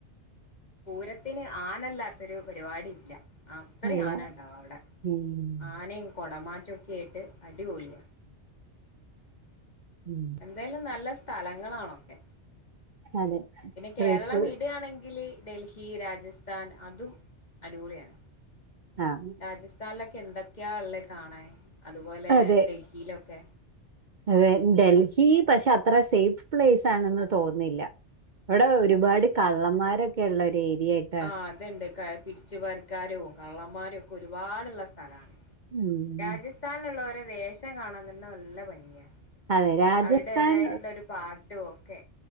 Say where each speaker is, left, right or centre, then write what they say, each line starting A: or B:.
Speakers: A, on the left (about 40°); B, on the right (about 50°).
A: പൂരത്തിന് ആനല്ലാത്തൊരു പരിപാടിയില്ല. അത്രയും
B: ഇല്ല
A: ആന ഉണ്ടാവും അവിടെ
B: ഉം
A: ആനയും കൊടമാറ്റംക്കെ കേട്ട് അടിപൊളിയ.
B: ഉം
A: എന്തായാലും നല്ല സ്ഥലങ്ങളാണൊക്കെ?
B: അതെ
A: പിന്നെ കേരളം
B: തൃശ്ശൂർ
A: വിടയാണെങ്കിൽ ഡൽഹി. ൽഹി രാജസ്ഥാൻ അതും അടിപൊളിയാണ്.
B: ആഹ്
A: രാജസ്ഥാനിലൊക്കെ എന്തൊക്കെയാ ഉള്ളത് കാണൻ അതുപോലെ
B: അതെ
A: ഡൽഹിയിലൊക്കെ.
B: അതെ ഡൽഹി പക്ഷെ അത്ര സേഫ് പ്ലേസ് ആണെന്ന് തോന്നില്ല. ഇവിടെ ഒരുപാട് കള്ളന്മാരൊക്കെ ഉള്ള ഒരു ഏരിയ ആയിട്ട്.
A: ആ അതണ്ട് പിടിച്ചുപരിക്കാരും കള്ളന്മാരും ഒക്കെ ഒരുപാടുള്ള സ്ഥലമാണ്.
B: ഉം
A: രാജസ്ഥാനിലുള്ളവരെ വേഷം കാണാൻ തന്നെ നല്ല ഭംഗിയ.
B: അതെ രാജസ്ഥാൻ
A: അവരുടേതായിട്ടുള്ള ഒരു പാട്ടും ഒക്കെ.